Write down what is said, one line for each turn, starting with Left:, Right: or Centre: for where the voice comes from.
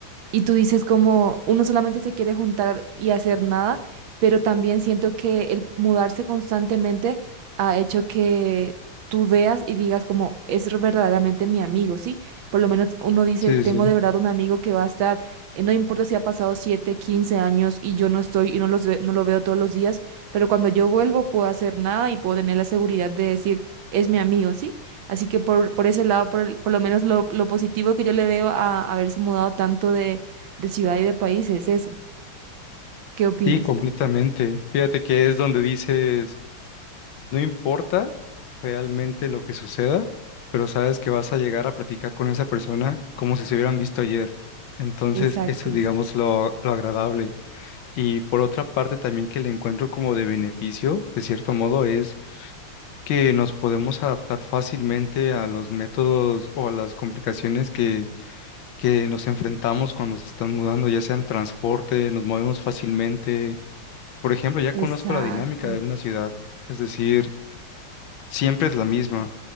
Right: Y tú dices como uno solamente se quiere juntar y hacer nada, pero también siento que el mudarse constantemente ha hecho que tú veas y digas como es verdaderamente mi amigo, ¿sí? Por lo menos uno dice,
Left: Sí,
Right: tengo
Left: sí,
Right: de verdad un amigo que va a estar, eh, no importa si ha pasado 7 15 años y yo no estoy y no los ve- no lo veo todos los días, pero cuando yo vuelvo puedo hacer nada y puedo tener la seguridad de decir, es mi amigo, ¿sí? Así que por, por ese lado, por, el- por lo menos lo, lo positivo que yo le veo a haberse mudado tanto de ciudad y de país es eso. ¿Qué opinas?
Left: sí, completamente. Fíjate que es donde dices... No importa realmente lo que suceda, pero sabes que vas a llegar a platicar con esa persona como si se hubieran visto ayer. Entonces,
Right: Exacto,
Left: eso es, digamos, lo, lo agradable. Y por otra parte, también que le encuentro como de beneficio, de cierto modo, es que nos podemos adaptar fácilmente a los métodos o a las complicaciones que, que nos enfrentamos cuando se están mudando, ya sea en transporte, nos movemos fácilmente. Por ejemplo, ya
Right: exacto,
Left: conozco la dinámica de una ciudad. Es decir, siempre es la misma,